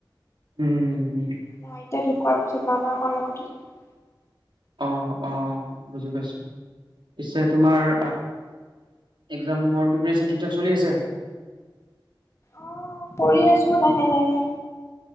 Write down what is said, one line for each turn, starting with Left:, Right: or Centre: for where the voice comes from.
Right: উম উম উম।
Left: নাই। এতিয়া ঢুকোৱাৰ পিছত মামা আমাৰ লগতে থাকে।
Right: অঁ অঁ বুজি পাইছোঁ, পিছে তোমাৰ একজামৰ প্ৰিপেৰেচন ঠিকঠাক চলি আছে?
Left: অঁহ পঢ়ি আছো লাহে লাহে।